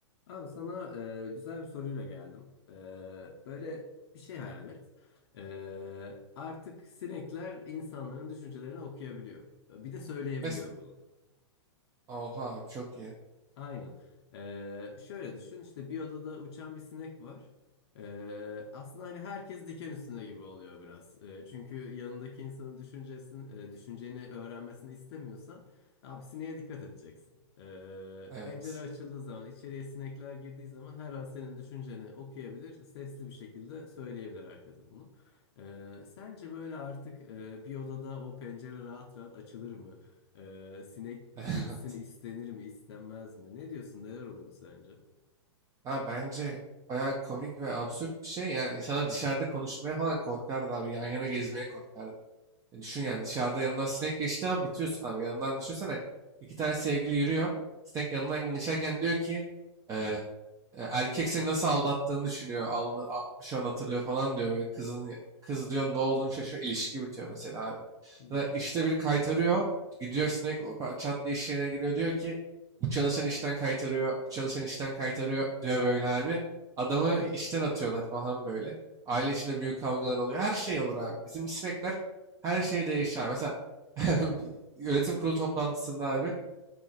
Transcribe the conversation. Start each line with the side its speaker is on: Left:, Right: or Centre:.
Left: Abi sana e, güzel bir soruyla geldim. E, böyle bir şey hayal et. E, artık sinekler insanların düşüncelerini okuyabiliyor. E, Bir de söyleyebiliyor
Right: Mes
Left: bunu.
Right: Oha çok iyi.
Left: Aynen. Ee, şöyle düşün işte bir odada uçan bir sinek var. Ee, aslında hani herkes diken üstünde gibi oluyor biraz. Ee, çünkü yanındaki insanın düşüncesini, e, düşünceni öğrenmesini istemiyorsan abi sineğe dikkat edeceksin. Ee,
Right: Evet.
Left: pencere açıldığı zaman içeriye sinekler girdiği zaman her an senin düşünceni okuyabilir. Sesli bir şekilde söyleyebilir herkese bunu. Ee, sence böyle artık e, bir odada o pencere rahat rahat açılır mı? Ee, sinek
Right: <laughs> Evet.
Left: girsin istenir mi istenmez mi? Ne diyorsun neler olur sence?
Right: Ha bence bayağı komik ve absürt bir şey. Yani insanlar dışarıda
Left: Aha.
Right: konuşmaya falan korkardı abi. Yan yana gezmeye korkardı. E düşün yani dışarıda yanından sinek geçti an bitiyorsun abi. Yanından düşünsene iki tane sevgili yürüyor. Sinek yanından geçerken diyor ki e, E, Erkek seni nasıl aldattığını düşünüyor. alnı- a- şu an hatırlıyor falan diyor. Böyle kızın kız diyor ne olduğunu şaşırıyor. İlişki bitiyor mesela abi.
Left: Hı
Right: Da işte biri kaytarıyor. Gidiyor sinek o pa- çat diye iş yerine giriyor. Diyor ki bu çalışan işten kaytarıyor. Bu çalışan işten kaytarıyor diyor böyle abi. Adamı işten atıyorlar falan böyle. Aile içinde büyük kavgalar oluyor. Her şey olur abi. Bizim sinekler her şey değişir abi. Mesela <laughs> yönetim kurulu toplantısında abi